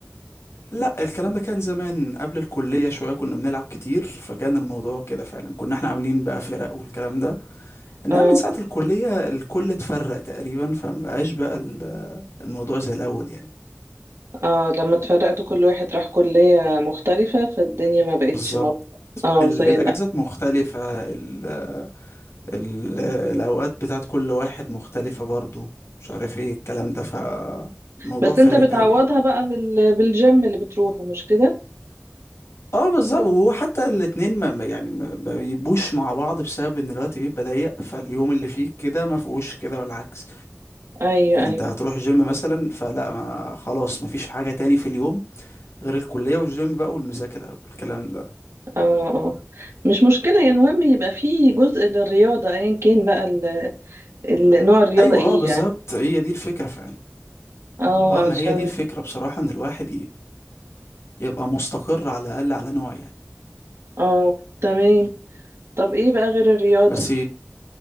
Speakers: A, on the left; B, on the right.
A: لا الكلام ده كان زمان قبل الكلية شوية كنا بنلعب كتير فكان الموضوع كده فعلا كنا احنا عاملين بقى فرق والكلام ده انما
B: اه
A: من ساعة الكلية الكل اتفرق تقريبا فمبقاش بقى ال- الموضوع زي الأول يعني
B: اه لما اتفرقتوا كل واحد راح كلية مختلفة فالدنيا ما بقتش
A: بالظبط
B: مظبوطة اه
A: ال-
B: زي
A: الأجازات
B: الأول
A: مختلفة ال ال الأوقات بتاعت كل واحد مختلفة برضو مش عارف ايه الكلام ده فالموضوع
B: بس
A: فارق
B: انت بتعوضها
A: قوي يعني
B: بقى بال... بالجيم اللي بتروحه مش كده
A: اه بالظبط وهو حتى الاتنين ما ما- يعني ما ما بيبقوش مع بعض بسبب ان الوقت بيبقى ضيق فاليوم اللي فيه كده ما فيهوش كده والعكس
B: ايوه
A: يعني
B: ايوه
A: انت هتروح جيم مثلا فلا ما خلاص مفيش حاجة تاني في اليوم غير الكلية والجيم بقى والمذاكرة والكلام ده
B: اه اه مش مشكله يعني المهم يبقى في جزء للرياضه ايا كان بقى ال... ال... نوع الرياضه
A: ايوه
B: ايه
A: اه بالظبط
B: يعني
A: هي دي الفكرة فعلا
B: اه
A: اه
B: عشان
A: ما هي دي الفكرة بصراحة ان الواحد ي- يبقى مستقر على الاقل على نوع يعني
B: اه تمام طب ايه بقى غير الرياضه
A: بس